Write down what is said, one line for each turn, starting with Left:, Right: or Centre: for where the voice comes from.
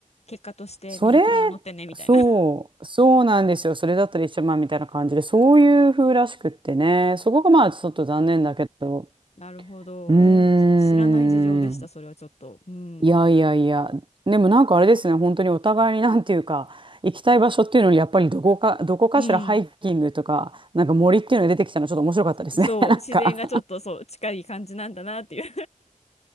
Left: 結果としてみんな車乗ってねみたいな。
Right: それ、そう、
Left: <laughs>
Right: そうなんですよ。それだったら一緒まあみたいな感じで、そういう風らしくってね、そこがまあちょっと残念だけど、
Left: なるほど。
Right: うーん。
Left: えー知らない事情でした、それはちょっと。うん。
Right: いやいやいや。でもなんかあれですね、本当にお互いになんていうか、行きたい場所っていうのに、やっぱりどこか、どこかしらハイキングとか、
Left: うん。
Right: なんか森っていうのが出てきたのちょっと面白かったですね。
Left: そう、
Right: <laughs> なんか
Left: 自然がちょっとそう、近い感じなんだなっていう。